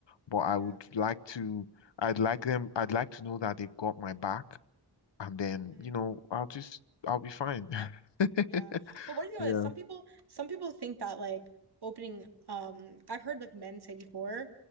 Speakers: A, on the left; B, on the right.
A: But I
B: Yeah.
A: would like to, I'd like them, I'd like to know that they've got my back, and then,
B: Mhm.
A: you know, I'll just, I'll be fine.
B: Yeah.
A: <laughs>
B: Well, what do you think
A: Yeah.
B: about this? Some people some people think that like opening um I've heard like men say before,